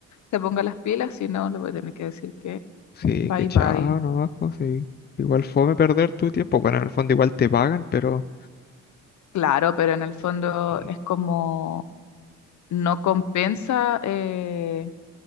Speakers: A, on the left (about 70°); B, on the left (about 35°).
A: se ponga las pilas, si no, le voy a tener que decir que
B: Sí,
A: bye
B: que chao,
A: bye.
B: no vas, pues sí. Igual fome perder tu tiempo. Bueno, en el fondo igual te pagan, pero
A: Claro, pero en el fondo
B: mm,
A: es como no compensa eh,